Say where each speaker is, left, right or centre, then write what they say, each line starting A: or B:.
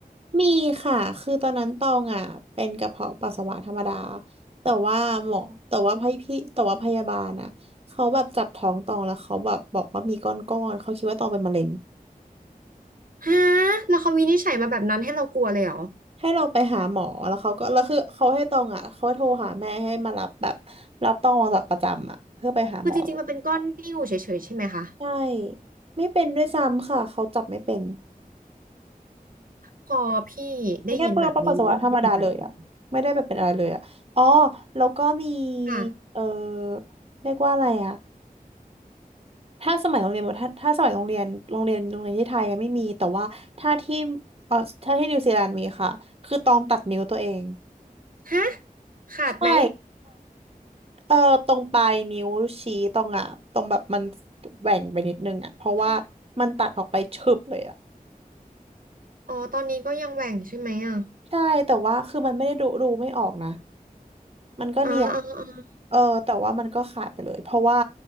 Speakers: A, on the right (about 40°); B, on the right (about 65°).
A: มีค่ะคือตอนนั้นตองอ่ะเป็นกระเพาะปัสสาวะธรรมดาแต่ว่าหมอแต่ว่าพี่พี่แต่ว่าพยาบาลอ่ะเขาแบบจับท้องตองแล้วเขาแบบบอกว่ามีก้อนๆเขาคิดว่าตองเป็นมะเร็ง
B: ฮะแล้วเขาวินิจฉัยมาแบบนั้นให้เรากลัวเลยเหรอ
A: ให้เราไปหาหมอแล้วเขาก็แล้วคือเขาให้ตองอ่ะเขาโทรหาแม่ให้มารับแบบรับตองออกจากประจำอ่ะเพื่อไปหาหมอ
B: คือจริงๆมันเป็นก้อนนิ่วเฉยๆใช่ไหมคะ
A: ใช่ไม่เป็นด้วยซ้ำค่ะเขาจับไม่เป็น
B: พอพี่ได้ยินแบบนี้พี่นึกถึงนะ
A: แค่เปื้อนปัสสาวะธรรมดาเลยอ่ะไม่ได้แบบเป็นอะไรเลยอ่ะอ๋อแล้วก็มี
B: ค่ะ
A: เออเรียกว่าอะไรอ่ะถ้าสมัยโรงเรียนถ้าถ้าสมัยโรงเรียนโรงเรียนโรงเรียนที่ไทยอะไม่มีแต่ว่าถ้าที่เออถ้าที่นิวซีแลนด์มีค่ะคือตองตัดนิ้วตัวเอง
B: ฮะขาดไหม
A: ใช่ เออตรงปลายนิ้วชี้ตรงอ่ะตรงแบบมันแหว่งไปนิดนึงอ่ะเพราะว่ามันตัดออกไปฉึบเลยอ่ะ
B: ทำอ๋อตอนนี้ก็ยังแหว่งใช่ไหมอ่ะ
A: ใช่แต่ว่าคือมันไม่ได้ดูดูไม่ออกนะมันก็เนียน
B: อ๋ออ๋ออ๋อ
A: เออแต่ว่ามันก็ขาดไปเลยเพราะว่า